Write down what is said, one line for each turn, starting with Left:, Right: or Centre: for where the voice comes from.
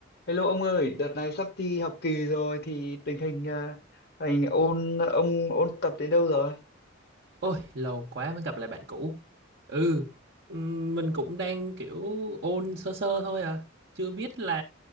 Left: Hello ông ơi, đợt này sắp thi học kỳ rồi thì tình hình à, anh ôn ông ôn tập đến đâu rồi?
Right: Ôi, lâu quá mới gặp lại bạn cũ. Ừ, ừm, mình cũng đang kiểu ôn sơ sơ thôi à. Chưa biết là